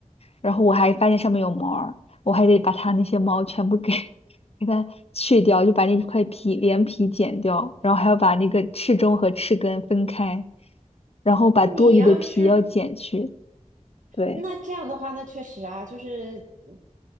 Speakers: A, on the left; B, on the right.
A: 然后我还发现上面有毛儿，我还得把它那些毛全部给 <laughs> 给它去掉，就把那块皮连皮剪掉，然后还要把那个翅中和翅根分开，然后把多余的皮要剪去，
B: 那你要是
A: 对。
B: 那这样的话，那确实啊，就是嗯